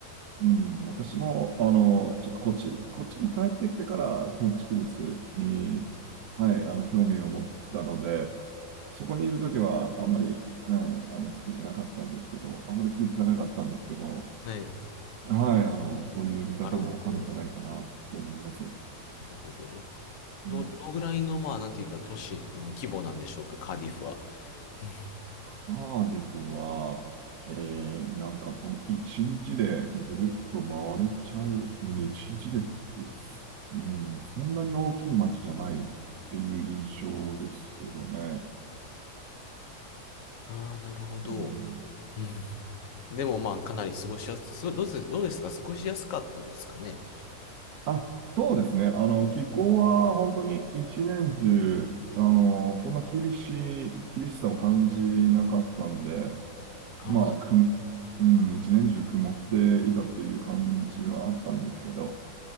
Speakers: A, on the right; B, on the left.
A: うん、私も、あの、ちょっとこっち、こっちに帰ってきてから建築物に、はい、あの、興味を持ったので、そこにいるときはあんまり、はい、あの、好きじゃなかったんですけど、あんまり気づかなかったんですけど、
B: はい。
A: はい、あの、そういう見方もあるんじゃないかなと思います。
B: なるほど。なるほど。やっ、
A: うん
B: ど、どのぐらいの、まあ、なんていうか、都市、あの、規模なんでしょうか、カーディフは。<laughs>
A: カーディフは、えー、なんかその一日でぐるっと回れちゃう、うん一日で、うん、そんなに大きい街じゃないっていう印象ですけどね。
B: ああ、なるほど。
A: うん
B: うん。でも、まあ、かなり過ごしやす、すごい、どうです、どうですか過ごしやすかったですかね。
A: あ、そうですね。あの、気候は本当に一年中、あの、そんな厳しい、厳しさを感じなかったんで、
B: ああ、
A: まあ、く、うん、一年中曇っていたっていう感じはあったんですけど、